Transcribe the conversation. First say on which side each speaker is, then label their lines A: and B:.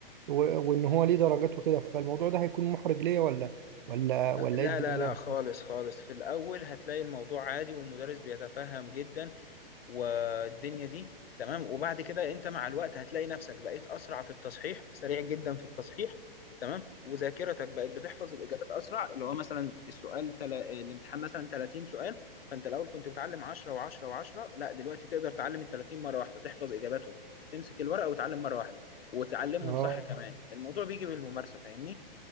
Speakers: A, on the right; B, on the left.
A: و- وان هو ليه درجات وكده فالموضوع ده هيكون محرج ليا ولا ولا ولا
B: لا
A: ايه الدنيا
B: لا لا خالص خالص في الأول هتلاقي الموضوع عادي والمدرس بيتفهم جدا والدنيا دي تمام وبعد كده أنت مع الوقت هتلاقي نفسك بقيت أسرع في التصحيح سريع جدا في التصحيح تمام وذاكرتك بقت بتحفظ الإجابات أسرع اللي هو مثلا السؤال تل... الامتحان مثلا 30 سؤال فأنت الأول كنت بتعلم 10 و10 و10 لا دلوقتي تقدر تعلم ال 30 مرة واحدة تحفظ إجاباتهم تمسك الورقة وتعلم مرة واحدة وتعلمهم
A: اه
B: صح كمان الموضوع بيجي بالممارسة فاهمني